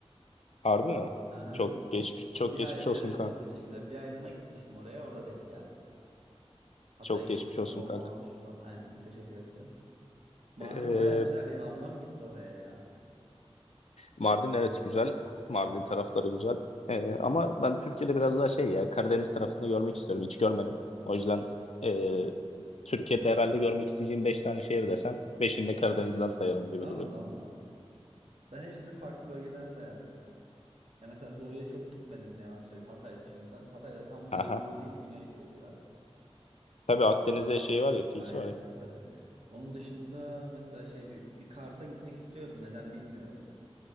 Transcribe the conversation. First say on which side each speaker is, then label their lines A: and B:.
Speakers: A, on the left; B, on the right.
A: Harbi mi?
B: <laughs> Aha.
A: Çok geçmiş çok
B: Bir
A: geçmiş
B: aile
A: olsun kanka.
B: e, teşekkürler. Bir aylığına gitmiştim oraya. Orada denk geldi. Hatay'a
A: Çok
B: gitmiştim.
A: geçmiş olsun
B: O,
A: kanka.
B: o an Şubat. Aynen. Teşekkür ettim. Mardin
A: Ee,
B: baya güzel. Benim ablam gitti oraya ya.
A: Mardin evet güzel. Mardin tarafları güzel. Ee, ama ben Türkiye'de biraz daha şey ya Karadeniz tarafını görmek istiyorum. Hiç görmedim. O yüzden ee, Türkiye'de herhalde görmek isteyeceğim 5 tane şehir desen 5'ini de Karadeniz'den sayarım gibi
B: Allah
A: duruyor.
B: Allah. Ben hepsini farklı bölgeden sayardım. Ya mesela doğuya çok gitmedim ne yalan söyleyeyim Hatay dışında. Hatay'da tam
A: Aha.
B: doğu doğu değil güneydoğu biraz.
A: Tabii
B: Ee,
A: Akdeniz'e şey var ya kıyısı
B: Aynen
A: var ya.
B: tabii. Onun dışında mesela şey bir bir Kars'a gitmek istiyorum. Neden bilmiyorum.